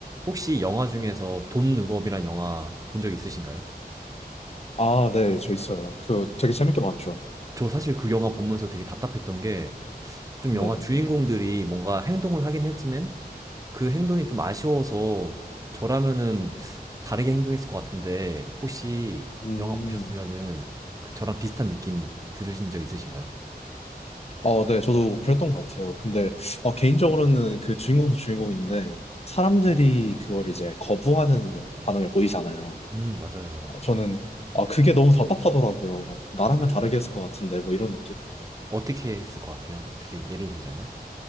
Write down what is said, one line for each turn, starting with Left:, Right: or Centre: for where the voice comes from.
Right: 혹시 영화 중에서 돈 룩업이란 영화 본 적 있으신가요?
Left: 아, 네, 저 있어요. 그 되게 재밌게 봤죠.
Right: 저 사실 그 영화 보면서 되게 답답했던 게 좀
Left: 네네.
Right: 영화 주인공들이 뭔가 행동을 하긴 했지만 그 행동이 좀 아쉬워서 저라면은 다르게 행동했을 것 같은데 혹시
Left: 음,
Right: 영화 보셨으면은 그 저랑 비슷한 느낌 들으신 적 있으신가요?
Left: 어, 네, 저도 그랬던 것 같아요. 근데 어, 개인적으로는 그 주인공도 주인공인데 사람들이 그걸 이제 거부하는 반응을 보이잖아요.
Right: 음, 맞아요.
Left: 아, 저는 아, 그게 너무 답답하더라고요. 나라면
Right: 맞아요,
Left: 다르게
Right: 맞아요.
Left: 했을 것 같은데 뭐 이런 느낌?
Right: 어떻게 했을 것 같아요? 어떻게 예를 들자면?